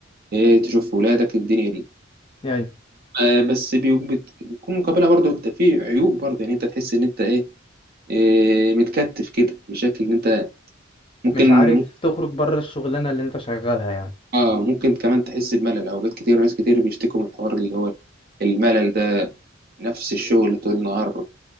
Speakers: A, on the right (about 50°); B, on the left (about 25°).
A: ايه تشوف ولادك الدنيا دي
B: يعني
A: آه بس بي- بت- بيكون مقابلها برضه انت في عيوب برضه يعني انت تحس ان انت ايه, إيه متكتف كده بشكل ان انت ممكن
B: مش عارف
A: ممكن
B: تخرج بره الشغلانة اللي انت شغالها يعني
A: اه ممكن كمان تحس بملل اوقات كتير ناس كتير بيشتكوا من الحوار اللي هو الملل ده نفس الشغل طول النهار